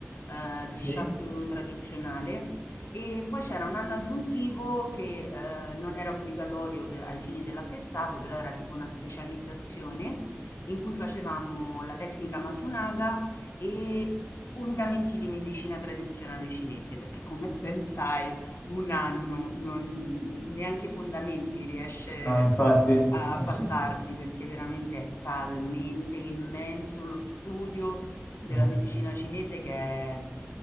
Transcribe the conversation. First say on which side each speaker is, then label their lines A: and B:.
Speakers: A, on the left (about 60°); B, on the left (about 40°).
A: eh,
B: Sì,
A: di shiatsu tradizionale, e poi c'era un anno aggiuntivo che eh, non era obbligatorio per- ai fini dell'attestato, però era tipo una specializzazione in cui facevamo la tecnica Masunaga e fondamenti di medicina tradizionale cinese, perché come ben sai, un anno non, neanche i fondamenti riesce
B: no, infatti,
A: a
B: eh
A: passarti,
B: sì,
A: perché veramente è talmente immenso lo studio della
B: è
A: medicina cinese che